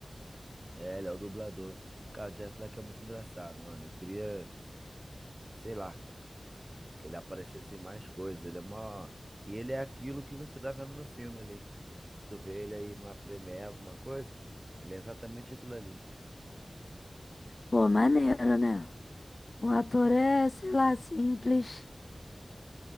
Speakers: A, on the right; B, on the left.
A: É, ele é o dublador. Cara, o Jack Black é muito engraçado, mano. Eu queria, sei lá, que ele aparecesse em mais coisas. Ele é mó. E ele é aquilo que você tá vendo no filme ali. Se tu vê ele aí numa premiere, alguma coisa, ele é exatamente aquilo ali.
B: Pô, maneiro, né? O ator é, sei lá, simples.